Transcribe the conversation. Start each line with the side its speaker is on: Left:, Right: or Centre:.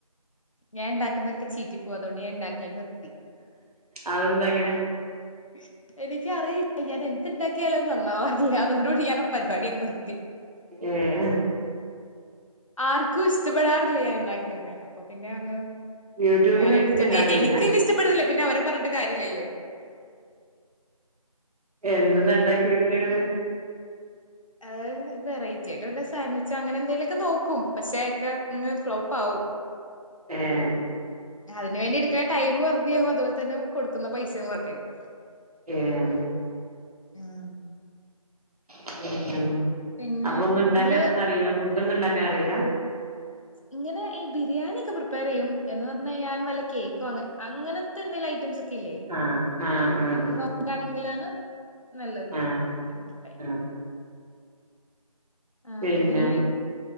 Left: ഞാൻ ഇണ്ടാക്കുന്നൊക്കെ ചീറ്റി പോവാ അതോണ്ട് ഞാൻ ഇണ്ടാക്കല് നിർ
Right: അതെന്താ അങ്ങനെ
Left: മ് എനിക്കറിയില്ല ഞാൻ എന്ത്‌ ഇണ്ടാക്കിയാലും അത് നന്നാവാറില്ല അതോടുകൂടി ഞാനാ പരിപാടിയങ്ങ് നിർത്തി
Right: ഏഹ്
Left: ആർക്കു ഇഷ്ടപ്പെടാറില്ല ഞാന്ണ്ടാക്കുന്നെ അപ്പൊപ്പിന്നെ അങ്ങ്
Right: യൂട്യൂബിൽ
Left: ഞാനായിട്ട്
Right: വെച്ചിട്ട്
Left: സ്റ്റോ
Right: ഇണ്ടാക്കലില്ല
Left: എ എ എനിക്കെന്നെ ഇഷ്ടപ്പെടലില്ല പിന്നെ അവരെ പറഞ്ഞിട്ട് കാര്യല്ലല്ലോ
Right: എന്ത്‌ന്നാ ഇണ്ടാക്കി നോക്കല് ഇങ്ങള്
Left: ഏഹ് വെൈറ്റിയായിട്ട് വല്ല സാൻഡ്വിച്ചോ അങ്ങനെ എന്തെങ്കിലൊക്കെ നോക്കും പക്ഷേ അതൊക്കെയങ്ങ് ഫ്ലോപ്പാകും
Right: ഏഹ്
Left: അതിന്ണ്ടിയെടുക്കുന്ന ടൈം വെറുതെയാവും അത്പോലെ തന്നെ കൊടുക്കുന്ന പൈസയും വെർതെയാകും
Right: ഏഹ്
Left: യാ ഹ് ആഹ്
Right: ഉം <unintelligible>
Left: പിന്നെ
Right: അപ്പൊ ഒന്നുണ്ടാക്കാനൊന്നും
Left: നിങ്ങള്
Right: അറീല ഫുഡ് ഒന്നുണ്ടാക്കാൻ അറീല
Left: ഇങ്ങനെ ഈ ബിരിയാണി ഒക്കെ പ്രിപ്പയർ ചെയ്യും എന്ന് പറഞ്ഞാൽ ഞാൻ വല്ല കേക്കോ അങ അങ്ങനതന്തെലും ഐറ്റംസ് ക്കില്ലെ
Right: ആഹ് ആഹ് ആഹ്
Left: അതൊകെ നോക്കണെങ്കിലാണ് നല്ലത്
Right: ആഹ്
Left: ത തക്
Right: ആഹ്
Left: ആഹ്
Right: പിന്നെ
Left: പിന്നെയ്